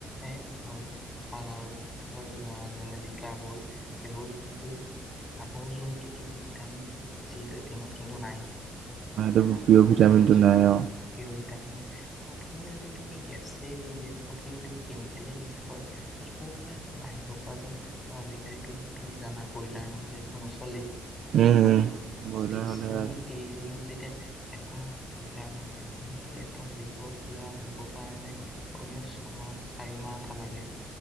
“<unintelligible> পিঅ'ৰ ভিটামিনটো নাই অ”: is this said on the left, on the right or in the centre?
Right